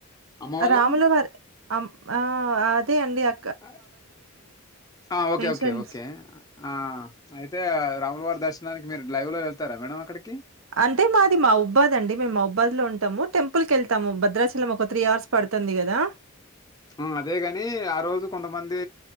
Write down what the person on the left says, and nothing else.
అమ్మ వాళ్ళది?
అ ఆ ఓకే
ఓకే ఓకే ఆ అయితే రాములవారి దర్శనానికి మీరు లైవ్ లో వెళ్తారా మేడం అక్కడికి
ఆ అదేగాని ఆ రోజు కొంతమంది